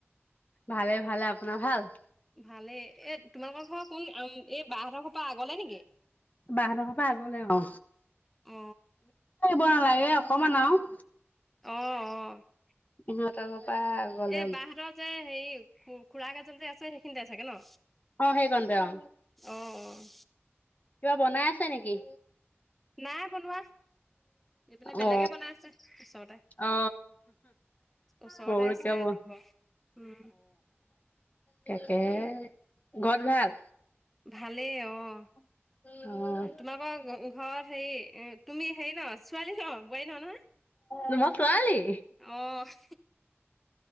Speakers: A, on the left; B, in the centre.
A: ভালে ভালে, আপোনাৰ ভাল?
B: ভালে, এ তোমালোকৰ ঘৰৰ কোন এই বাহঁতৰ ঘৰ পৰা আগলে নেকি?
A: বাহঁতৰ পৰা আগলে অ।
B: অ
A: নালাগে অকণমান আৰু।
B: অ' অ'।
A: <inaudible> আগলে
B: এই বাহঁতৰ যে হেৰি খু়ড়াক এজন যে আছে সেইখিনিতে থাকে ন?
A: অ সেইকণতে অ
B: অ' অ'।
A: কিবা বনাই আছে নেকি?
B: নাই বনোৱা, এইপিনে বেলেগে
A: অ
B: বনাই আছে ওচৰতে।
A: অ
B: ওচৰতে
A: মই বোলো
B: আছে
A: কিবা বন
B: দুঘৰ। উম।
A: তাকে
B: সেই
A: ঘৰত ভাল?
B: ভালেই অ'।
A: অ'।
B: তোমালোকৰ ঘৰত হেৰি তুমি হেৰি ন ছোৱালী ন বোৱাৰী নহয় নহয়?
A: মই ছোৱালী।
B: অ'